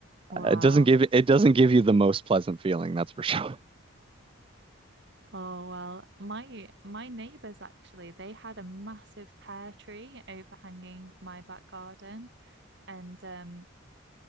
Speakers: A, on the right; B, on the right.
A: Wow.
B: Uh, It doesn't give it doesn't give you the most pleasant feeling, that's for sure. <laughs>
A: Oh well, my my neighbors actually, they had a massive pear tree overhanging my back garden and um